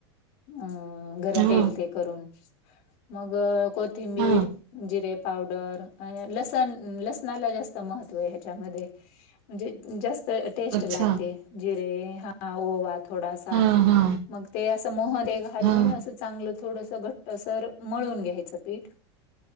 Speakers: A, on the left; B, on the right.
A: अ गरम
B: हां
A: तेल ते करून, मग कोथिंबीर
B: हां
A: जिरे पावडर, लसण लसणाला जास्त महत्त्व आहे ह्याच्यामध्ये. म्हणजे जास्त टेस्ट
B: अच्छा
A: लागते, जिरे हा ओवा थोडासा
B: हां हां
A: मग ते असं मोहन ते घालून
B: हां
A: अस. चांगलं थोडस घट्ट सर मळून घ्यायचं पीठ.